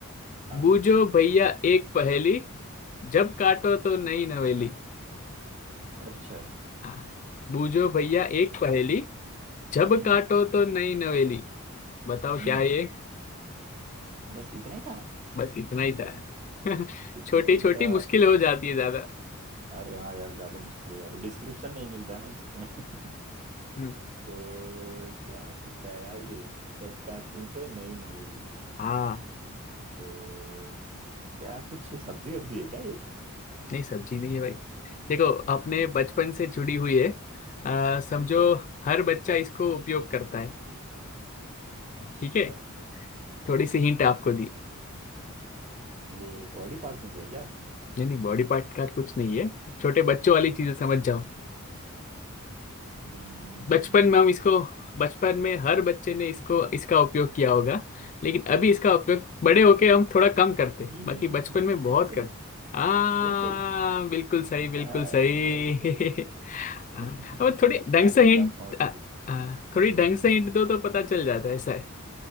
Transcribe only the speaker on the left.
बूझो भैया एक पहेली जब काटो तो नई नवेली
हाँ बूझो भैया एक पहेली जब
काटो तो नई नवेली बताओ
क्या है ये
बस इतना ही था <laughs>
छोटी
छोटी
मुश्किल हो जाती है ज्यादा
हम्म
हाँ
नहीं सब्जी नहीं है भाई देखो अपने
बचपन से जुड़ी हुई है अ, समझो
हर बच्चा इसको उपयोग करता है
ठीक है थोड़ी सी हिंट आपको दी
नहीं नहीं बॉडी पार्ट का कुछ नहीं है छोटे बच्चों वाली
चीजें समझ जाओ
बचपन में हम इसको
बचपन में हर बच्चे ने इसको इसका उपयोग किया होगा लेकिन अभी इसका
उपयोग बड़े होके हम थोड़ा कम करते
बाकी
बचपन
में बहुत
करते हाँ
बिल्कुल सही बिल्कुल
सही
<laughs> हाँ, अब
थोड़ी ढंग
से हिंट
थोड़ी ढंग
से हिंट दो तो पता चल जाता है ऐसा है